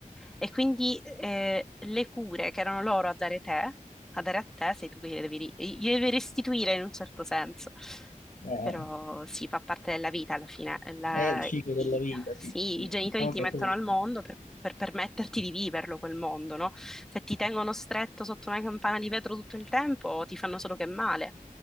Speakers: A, in the centre; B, on the left.
A: e quindi eh, le cure che erano loro a dare te a dare a te, sei tu che gliele devi, ri- gliele devi restituire in un certo senso.
B: eh,
A: Però sì, fa parte della vita alla fine. La-
B: è il ciclo
A: i,
B: della vita, sì,
A: sì,
B: sì.
A: i genitori
B: Diciamo
A: ti
B: che
A: mettono
B: è proprio
A: al
B: il ciclo.
A: mondo per, per permetterti di viverlo quel mondo, no? Se ti tengono stretto sotto una campana di vetro tutto il tempo, ti fanno solo che male.